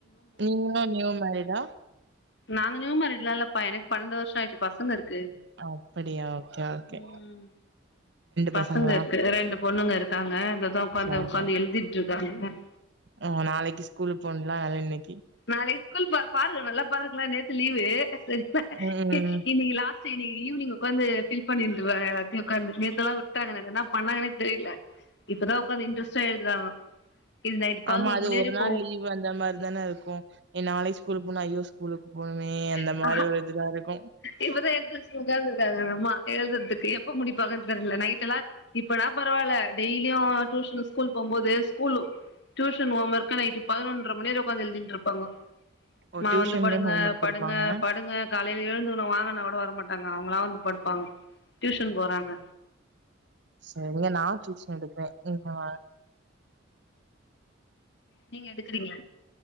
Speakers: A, on the right; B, on the left.
A: நீங்களும் நியூ மேரிட் ஆ
B: நாங்க நியூ மாறிடலாம்லப்பா எனக்கு பன்னெண்டு வருஷம் ஆயிடுச்சு பசங்க இருக்கு
A: அப்படியா ஓகே ஓகே
B: ம் பசங்க
A: பசங்களா?
B: இருக்கு ரெண்டு பொண்ணுங்க இருக்கு நாங்க இங்கதான் உட்காந்து
A: சரி.
B: உட்காந்து எழுதிட்டு இருக்கு வந்து
A: ஓ நாளைக்கு ஸ்கூல் போனும் நாளைக்கி
B: நாளைக்கு ஸ்கூல் பாரு நல்லா பாரு நேத்து லீவு சரிப்பா
A: ம்.
B: இன்னைக்கு லாஸ்ட் செரி ஈவினி்ங் உட்காந்து பில் பண்ணிட்டு இருக்காங்க எல்லாத்தையும் ஓக்காந்து நேத்தல்லாம் விட்டாங்க என்ன பண்ணாங்கன்னே தெரியல இப்பதான் உக்காந்து இன்டரெஸ்டா எழுதுறாங்க இது நைட்
A: ஆமா
B: பதினோரு
A: அது
B: மணி
A: ஒரு
B: வரையு
A: நாள் லீவ் அந்த மாதிரி தானே இருக்கும் என் நாளை ஸ்கூல் போன ஐயோ ஸ்கூல் போனுமே அந்த
B: போவு
A: மாதிரி ஒரு இதுலாம் இருக்கும்
B: இப்பதான் எடுத்து வச்சுட்டு உட்கார்ந்து இருக்காங்க அந்தம்மா எழுதுறதுக்கு எப்ப முடிப்ப நைட் எல்லாம் இப்ப தான் பரவாயில்ல டெய்லியும் டுயூஷன்ல் ஸ்கூல் போகும்போது school tuition homework night பதினொன்றரை மணி வரை உட்காந்து எழுதிட்டு இருப்பாங்க
A: ஓ
B: நான்
A: டியூஷன்லயு
B: வந்து படுங்க
A: ஹோம் ஒர்க்
B: படுங்க
A: குடுப்பாங்க
B: படுங்க காலை ம் ம் வாங்கனா கூட வரமாட்டாங்க அவங்கள வந்து படுப்பாங்க டியூஷன் போறாங்க
A: செரிங்க நான் டியூஷன் எடுக்கிறேன் ஆ
B: நீங்க எடுக்கறீங்க